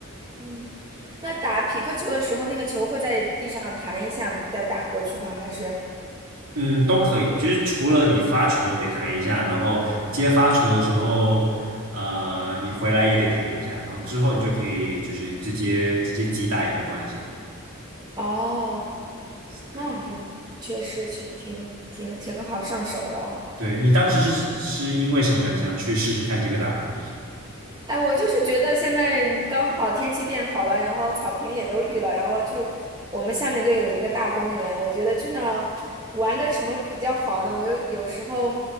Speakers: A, on the right; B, on the right.
A: 嗯，那打匹克球的时候，那个球会在地上弹一下再打过去吗？还是？
B: 嗯，都可以，就是除了你发球得弹一下，然后接发球的时候，呃，你回来也得弹一下，然后之后你就可以就是直接直接击打也没关系。
A: 哦。
B: 是的，
A: 那还确实挺挺挺挺好上手的啊、
B: 对，你当时是是因为什么想去试试看这个的？
A: 哎，我就是觉得现在刚好天气变好了，然后草坪也都绿了，然后就我们下面就有一个大公园，我觉得去那儿玩个什么比较好呢？我有有时候